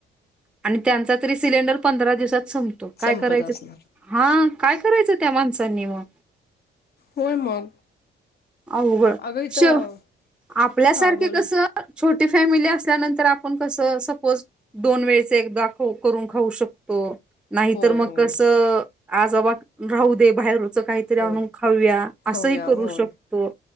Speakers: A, in the centre; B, on the left.
A: आणि त्यांचा तरी सिलेंडर पंधरा दिवसात. संप तो. काय
B: संपत
A: करायच.
B: असणार
A: हा काय करायचं, त्या माणसांनी म.
B: होय मग.
A: आव बळ,
B: अगं इथं
A: शेव आपल्यासारखे
B: हा बोल
A: कसं.
B: ना.
A: छोटी फॅमिली असल्यानंतर, आपण कसं सपोज. दोन वेळचे एकदा खाऊ, करून खाऊ शकतो. नाहीतर
B: होय
A: म
B: होय
A: कसं, आज बा राहू दे. बाहेरच काहीतरी
B: होय
A: आणून खाऊया. असंही
B: खाऊया
A: करू
B: होय
A: शक तो.